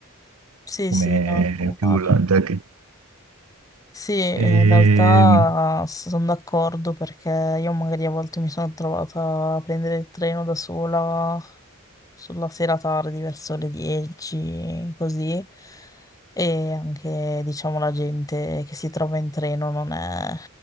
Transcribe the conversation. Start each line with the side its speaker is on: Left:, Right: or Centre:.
Left: Sì,
Right: come
Left: sì, sì, no, immagino.
Right: più... la- da- che-
Left: Sì,
Right: Ehm,
Left: in realtà sono d'accordo perché io magari a volte mi sono trovata a prendere il treno da sola sulla sera tardi, verso le 10, così. E anche, diciamo, la gente che si trova in treno non è,